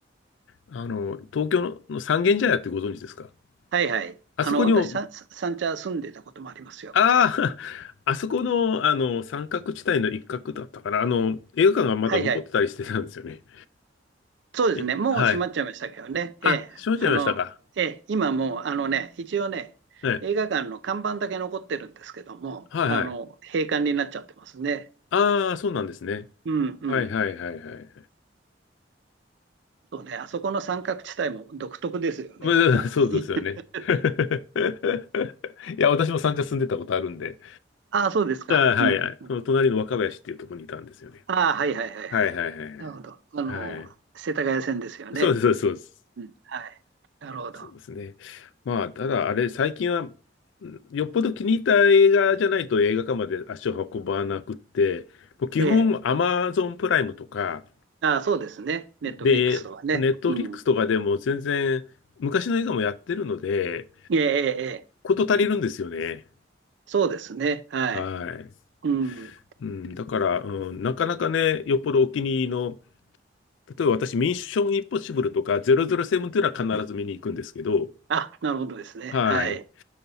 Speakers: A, on the left (about 80°); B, on the right (about 70°).
A: あの、東京のの三軒茶屋ってご存知ですか
B: はいはい。
A: あそこにも、
B: あの、私、ささ三茶住んでたこともありますよ。
A: ああ、<laughs> あそこの、あの、三角地帯の一角だったから、あの、映画館がまだ残ってたりしてたんですよね。
B: はいはい。そうですね。
A: え、
B: もう閉まっちゃいましたけどね。
A: はい。あ、
B: ええ、
A: 閉まっちゃいましたか。
B: あの、ええ、今もう、あのね、一応ね、
A: ね。
B: 映画館の看板だけ残ってるんですけども、
A: はいはい。
B: あの、閉館になっちゃってますね。
A: ああ、そうなんですね。
B: うんうん。
A: はいはいはいはい。
B: そうね。あそこの三角地帯も独特ですよね。
A: まあ、
B: なんか。
A: そうですよね。
B: <laughs>
A: <laughs> いや、私も三茶住んでたことあるんで。
B: ああ、そうですか。
A: ああ、はいはい。
B: うん。
A: その隣の若林っていうところにいたんですよね。
B: ああ、はいはいはいはい。
A: はいはいはい
B: なるほど。あの、
A: はい。はい。
B: 世田谷線ですよね。
A: そうです、そうです。
B: うん。はい。なるほど。
A: そうですね。まあ、ただ、あれ、最近は、んよっぽど気に入った映画じゃないと映画館まで足を運ばなくって、もう基本、
B: ええ。
A: アマゾンプライムとか、
B: ああ、そうですね。ネットフリックスとはね。
A: で、ネットフリックスとかでも全然、
B: うん。
A: 昔の映画もやってるので、
B: ええ、ええ、ええ
A: こと足りるんですよね。
B: そうですね。はい。
A: はい。
B: うん。
A: うん、だから、うん、なかなかね、よっぽどお気に入りの、例えば私、ミッションインポッシブルとか007というのは必ず見に行くんですけど、
B: あ、なるほどですね。
A: はい。
B: はい。